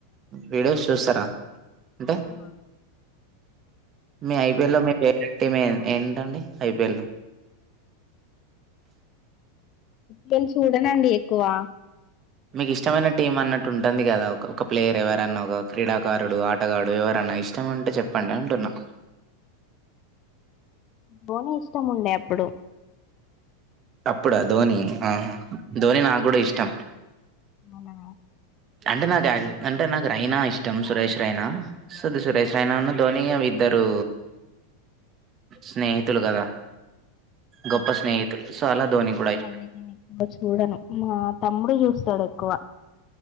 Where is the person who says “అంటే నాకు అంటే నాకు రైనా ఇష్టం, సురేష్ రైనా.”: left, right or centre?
Right